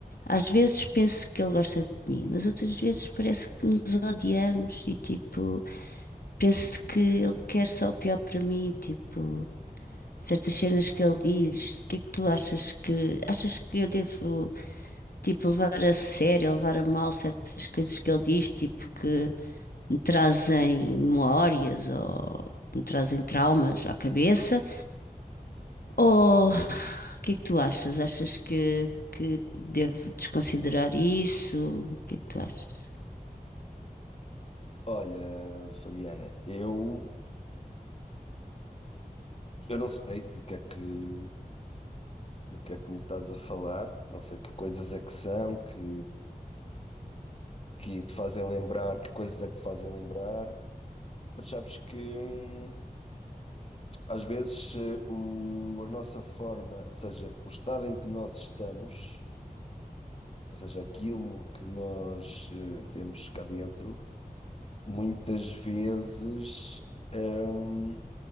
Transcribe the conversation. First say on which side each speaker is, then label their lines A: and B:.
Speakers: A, on the left; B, on the left.
A: Às vezes penso que ele gosta de mim, mas outras vezes parece que nos odiamos e tipo, penso que ele quer só o pior para mim, tipo, certas cenas que ele diz, o que é que tu achas que achas que eu devo tipo levar a sério, levar a mal certas coisas que ele diz, tipo que me trazem memórias ou me trazem traumas à cabeça? Ou o que é que tu achas? Achas que que devo desconsiderar isso? O que é que tu achas?
B: olha, Fabiana, eu, eu não sei do que é que, do que é que me estás a falar, não sei que coisas é que são, que, que te fazem lembrar, que coisas é que te fazem lembrar, mas sabes que hum, às vezes eh, o, a nossa forma, ou seja, o estado em que nós estamos, ou seja, aquilo que nós eh, temos cá dentro, muitas vezes. hum,